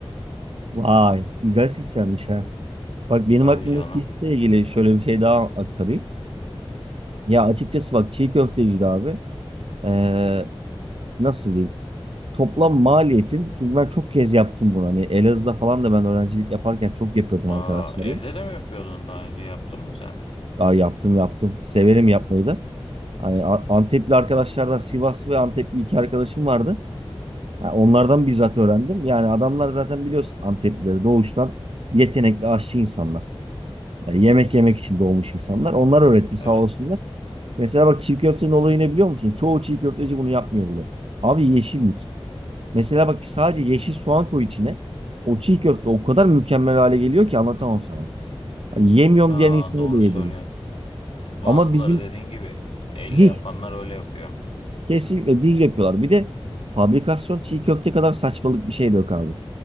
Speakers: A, on the right; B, on the left.
A: Vay, güzel sistemmiş ha. Bak benim
B: Tabii
A: aklımdaki
B: canım.
A: işle ilgili şöyle bir şey daha aktarayım. Ya açıkçası bak çiğ köfteci de abi. ee, nasıl diyeyim? toplam maliyetin çünkü ben çok kez yaptım bunu hani Elazığ'da falan da ben öğrencilik yaparken çok yapıyordum
B: Aa,
A: arkadaşlarım.
B: evde de mi yapıyordun daha önce yaptın mı sen?
A: Daha yaptım yaptım. Severim yapmayı da. Hani A- Antepli arkadaşlardan Sivas ve Antepli iki arkadaşım vardı. Ha, onlardan bizzat öğrendim. Yani adamlar zaten biliyorsun Anteplileri doğuştan yetenekli aşçı insanlar. Yani yemek yemek için doğmuş insanlar. Onlar öğretti sağ
B: Evet.
A: olsunlar. Mesela bak çiğ köftenin olayı ne biliyor musun? Çoğu çiğ köfteci bunu yapmıyor bile. Abi yeşillik. Mesela bak sadece yeşil soğan koy içine. O çiğ köfte o kadar mükemmel hale geliyor ki anlatamam sana. Yani yemiyorum
B: Aa,
A: diyen insanı
B: doğru
A: bile
B: söylüyorsun.
A: yedirir.
B: Bazıları
A: Ama bizim
B: dediğin gibi elle
A: düz.
B: yapanlar öyle yapıyor.
A: Kesinlikle düz yapıyorlar. Bir de fabrikasyon çiğ köfte kadar saçmalık bir şey de yok abi.